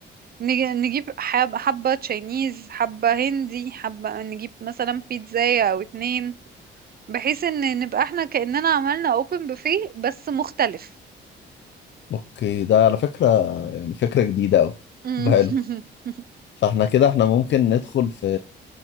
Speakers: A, on the right (about 50°); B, on the left (about 65°).
A: نج- نجيب حب- حبة تشاينيز حبة هندي حبة نجيب مثلا بيتزاية أو اتنين بحيث ان نبقى احنا كأننا عملنا اوبن بوفيه بس مختلف
B: اوكي ده على فكرة يعني فكرة جديدة أوي
A: <laughs>
B: وحلو فاحنا كده احنا ممكن ندخل في